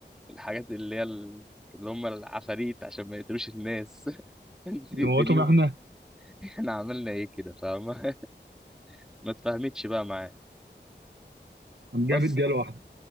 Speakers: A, in the centre; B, on the right (about 75°).
A: الحاجات اللي هي ال- اللي هم العفاريت عشان ما يقتلوش الناس <laughs> انت
B: نموتهم
A: تقتليهم
B: احنا
A: احنا عملنا ايه كده فما <laughs> ما تفهمتش بقى معاه
B: هنجيب
A: بس
B: بيت واحده